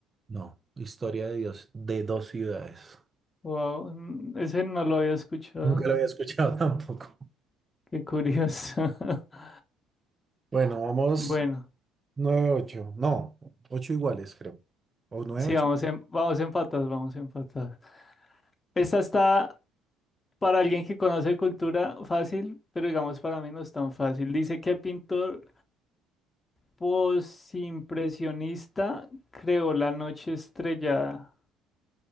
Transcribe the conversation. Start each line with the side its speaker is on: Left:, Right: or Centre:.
Right: No, historia de Dios, de dos ciudades.
Left: Wow, mm, ese no lo había escuchado.
Right: Nunca lo había escuchado <laughs> tampoco.
Left: Qué curioso. <laughs>
Right: Bueno, vamos
Left: Bueno,
Right: nueve ocho. No, ocho iguales, creo. o nueve
Left: sí,
Right: ocho.
Left: vamos en, vamos empatados, vamos empatados. Esta está para alguien que conoce cultura fácil, pero digamos para mí no es tan fácil. Dice que pintor posimpresionista creó La Noche Estrellada.